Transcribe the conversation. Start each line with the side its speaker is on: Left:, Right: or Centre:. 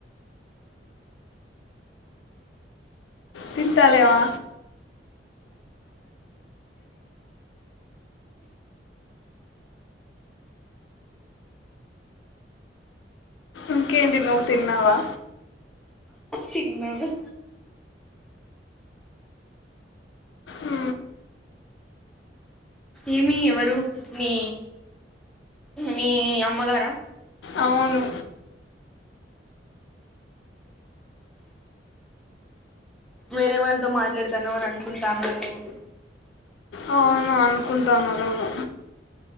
Left: తింటాలేవా ఇంకేంటి నువ్వు తిన్నావా
Centre: తిన్నాద
Left: ఉ
Centre: ఏమి ఎవరు మీ మీ అమ్మగారా
Left: అవును
Centre: వేరే వాళ్ళతో మాట్లాడతానవు అని అనుకుంటా అన్నారేమో
Left: అవును అనుకుంటానరేమో